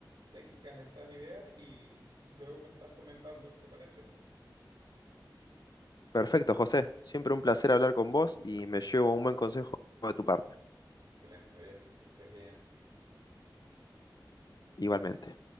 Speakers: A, on the right; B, on the left.
A: técnicas, esas ideas y, y luego me estás comentando, ¿te parece?
B: Perfecto, José. Siempre un placer hablar con vos y me llevo un buen consejo de tu parte.
A: Excelente, Javier, que estés bien.
B: Igualmente.